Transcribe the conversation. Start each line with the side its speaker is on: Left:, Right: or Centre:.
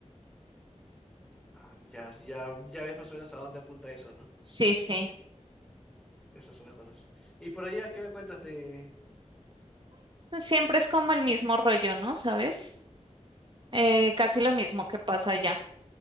Centre: Ah, ya, ya, ya ves más o menos a dónde apunta eso, ¿no?
Right: sí, sí.
Centre: Esas son las cosas. Y por allá, ¿qué me cuentas de
Right: Siempre es como el mismo rollo, ¿no? ¿Sabes? Eh, casi lo mismo que pasa allá.